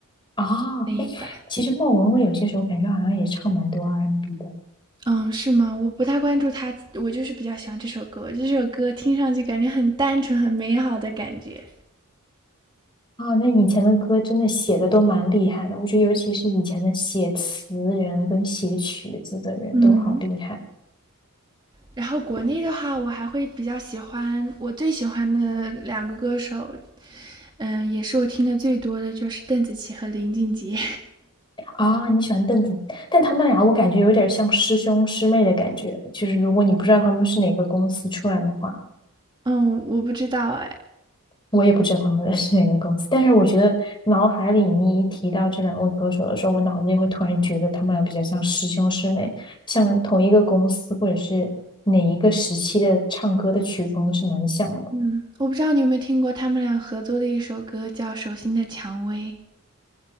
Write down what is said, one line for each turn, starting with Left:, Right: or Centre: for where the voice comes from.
Left: 啊、
Right: 那一版，
Left: 其实莫文蔚有些时候感觉好像也唱蛮多 R&B n 的。
Right: 嗯，是吗？我不太关注他，我就是比较喜欢这首歌。这首歌听上去感觉很单纯、很美好的感觉。
Left: 啊，那以前的歌真的写的都蛮厉害的，我觉得尤其是以前的写词人跟写曲子的人都好厉害
Right: 嗯，然后国内的话，我还会比较喜欢我最喜欢的两个歌手，嗯，也是我听的最多的就是邓紫棋和林俊杰
Left: 啊！你喜欢邓紫，但他们俩我感觉有点像师兄师妹的感觉，就是如果你不知道他们是哪个公司出来的话，
Right: <laughs>。嗯，我不知道哎，
Left: 我也不知道他们 <laughs> 是哪个公司，但是我觉得脑海里你一提到这两位歌手的时候，我脑子里会突然觉得他们俩比较像师兄师妹，像同一个公司或者是哪一个时期的唱歌的曲风是蛮像的。
Right: 嗯，我不知道你有没有听过他们俩合作的一首歌，叫《手心的蔷薇》。